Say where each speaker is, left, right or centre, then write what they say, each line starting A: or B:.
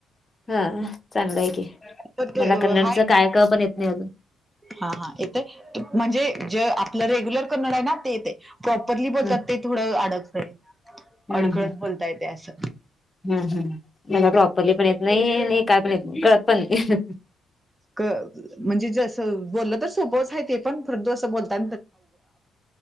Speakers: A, on the left; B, on the right.
A: हा चांगल आहे की.
B: ते
A: मला कन्नडच
B: हाय
A: काय क पण येत नाही अजून.
B: हा हा येते. म्हणजे जे आपल रेग्युलर कन्नड आहे ना ते येते. प्रॉपरली बोलतात
A: हम्
B: ते, थोड अडकतय
A: हम्
B: अडखळत बोलता येत ते अस.
A: हम् मला प्रॉपरली पण येत नाही. आणि काय पण येत नाही. कळत पण नाही.
B: म्हणजे जस, बोलण तर सोपच आहे ते पण. परंतु अस बोलता